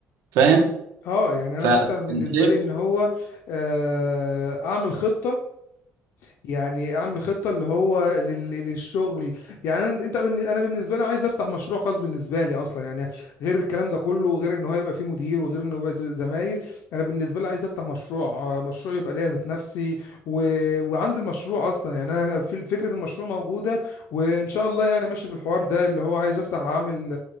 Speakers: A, on the right (about 85°); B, on the left (about 55°).
A: فاهم
B: اه يعني انا
A: ف
B: مثلا بالنسبة
A: شايف
B: لي ان هو آه، اعمل خطة يعني اعمل خطه اللي هو لل- للشغل يعني انا انت بالن- انا بالنسبه لي عايز افتح مشروع خاص بالنسبه لي اصلا يعني غير الكلام ده كله وغير ان هو يبقى فيه مدير وغير انه يبقى ز- زمايل انا بالنسبه لي عايز افتح مشروع آه، مشروع يبقى ليا ذات نفسي و... وعندي المشروع اصلا يعني انا في فكره المشروع موجوده وان شاء الله يعني ماشي في الحوار ده اللي هو عايز افتح اعمل